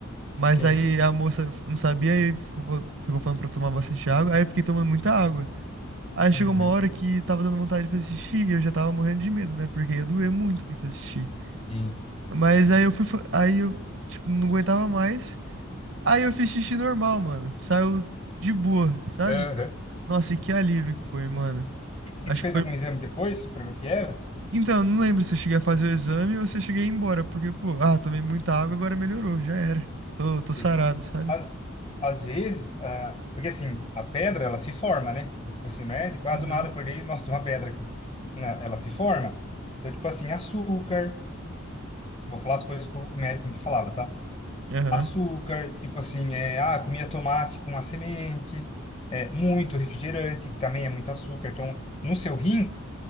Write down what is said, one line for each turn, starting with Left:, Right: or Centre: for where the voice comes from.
Right: Mas
Left: sim.
Right: aí a moça não sabia e ficou, ficou falando pra eu tomar bastante água. Aí eu fiquei tomando muita água. Aí chegou
Left: Uhum,
Right: uma hora que tava dando vontade de fazer xixi e eu já tava morrendo de medo, né? Porque ia doer muito pra fazer xixi.
Left: sim.
Right: Mas aí eu fui. fa- Aí eu, tipo, não aguentava mais. Aí eu fiz xixi normal, mano. Saiu de boa, sabe?
Left: Aham.
Right: Nossa, e que alívio que foi, mano.
Left: E,
Right: Acho
Left: e você fez
Right: que foi.
Left: algum exame depois para ver o que era?
Right: Então, não lembro se eu cheguei a fazer o exame ou se eu cheguei a ir embora. Porque, pô, ah, tomei muita água, agora melhorou, já era. Tô,
Left: Sim.
Right: tô sarado, sabe?
Left: Às, às vezes, ah, porque assim, a pedra, ela se forma, né? Então, tipo assim, não é tipo, ah,
Right: Uhum.
Left: do nada acordei, nossa, tem uma pedra aqui. Não, ela se forma. Então, tipo assim, açúcar, vou falar as coisas que o médico me falava, tá?
Right: Aham.
Left: açúcar, tipo assim, é, ah, comia tomate com a semente, é, muito refrigerante, que também é muito açúcar. Então, no seu rim,